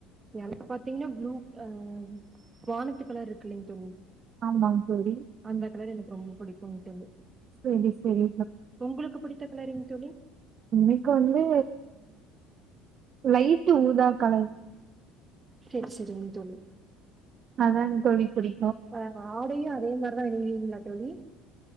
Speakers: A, on the right; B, on the right.
A: எனக்கு பாத்தீங்கன்னா ப்ளூ ஆ வானத்து கலர் இருக்குலைங்க தோழி
B: ஆமாங் தோழி
A: அந்த
B: ம்
A: கலர் எனக்கு ரொம்ப புடிக்கு கும் தோழி
B: செரி செரி
A: உங்ளுக்கு பிடித்த கலறிங்க தோழி
B: இன்னிக்கு வந்து லைட்டு ஊதா கலர்
A: செரி செரிங்க தோழி
B: அதங்க தோழி புடி
A: ஆ ஆடையு அதே மாரிதா அனிவிங்களா தோழி